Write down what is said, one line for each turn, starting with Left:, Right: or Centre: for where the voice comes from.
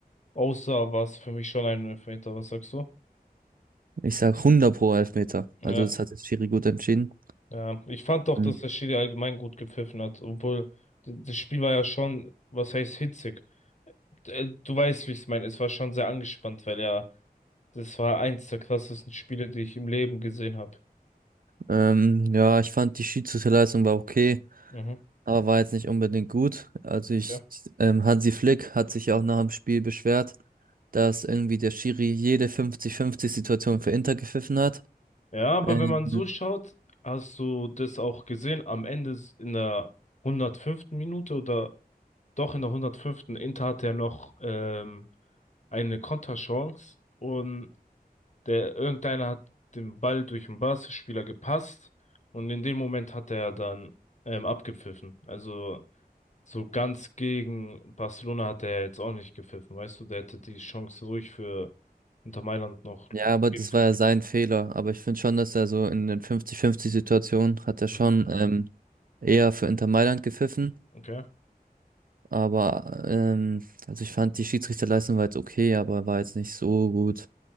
Left: aussah, war es für mich schon ein Elfmeter. Was sagst du?
Right: Ich sag 100 pro Elfmeter.
Left: Ja,
Right: Also das hat jetzt Schiri gut entschieden.
Left: ja. Ich fand doch,
Right: Mhm.
Left: dass der Schiri allgemein gut gepfiffen hat, obwohl d- das Spiel war ja schon, was heißt hitzig. D- äh, Du weißt, wie ich es meine. Es war schon sehr angespannt, weil ja, das war eins der krassesten Spiele, die ich im Leben gesehen habe.
Right: Ähm, ja, ich fand die Schiedsrichterleistung war okay,
Left: Mhm.
Right: aber war jetzt nicht unbedingt gut. Also ich,
Left: Okay.
Right: ähm, Hansi Flick hat sich ja auch nach dem Spiel beschwert, dass irgendwie der Schiri jede 50-50-Situation für Inter gepfiffen hat.
Left: Ja, aber
Right: Ähm,
Left: wenn man so schaut, hast du das auch gesehen, am Ende s- in der 105. Minute oder doch in der 105. Inter hatte ja noch ähm, eine Konterchance und der irgendeiner hat den Ball durch den Barca-Spieler gepasst und in dem Moment hat er dann ähm, abgepfiffen. Also so ganz gegen Barcelona hat er jetzt auch nicht gepfiffen, weißt du, der hätte die Chance ruhig für Inter Mailand noch
Right: Ja, aber
Left: geben
Right: das
Left: können.
Right: war ja sein Fehler. Aber ich finde schon, dass er so in den 50-50-Situationen hat er schon
Left: Mhm.
Right: ähm, eher für Inter Mailand gepfiffen.
Left: Okay.
Right: Aber ähm, also ich fand die Schiedsrichterleistung war jetzt okay, aber war jetzt nicht so gut.